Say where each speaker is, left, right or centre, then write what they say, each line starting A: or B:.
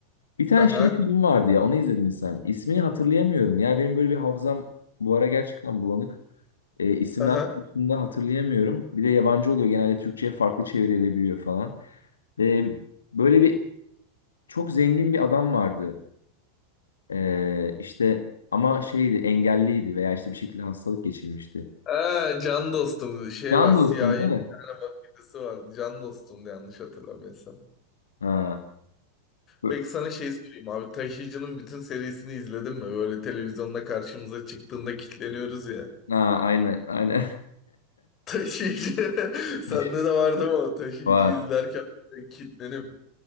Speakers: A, on the left (about 70°); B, on the left (about 30°).
A: Bir tane
B: Aha.
A: şey film vardı ya onu izledin mi sen? İsmini hatırlayamıyorum ya benim böyle bir hafızam bu ara gerçekten bulanık. E, isimler
B: Aha.
A: konusunda hatırlayamıyorum. Bir de yabancı oluyor genelde Türkçe'ye farklı çevrilebiliyor falan. E, Böyle bir çok zengin bir adam vardı. Ee, işte ama şeydi engelliydi veya işte bir şekilde hastalık geçirmişti.
B: Aa, can dostum şey
A: Can
B: var siyahi
A: dostun değil
B: bir
A: mi?
B: tane makinesi var. Can dostumdu yanlış hatırlamıyorsam.
A: Ha, bu-
B: Peki sana şey sorayım abi Taşıyıcı'nın bütün serisini izledin mi? Böyle televizyonda karşımıza çıktığında kilitleniyoruz ya.
A: ha aynen aynen.
B: Taşıyıcı <laughs> sende
A: <laughs>
B: de vardı mı o Taşıyıcı
A: Var.
B: izlerken böyle kilitlenip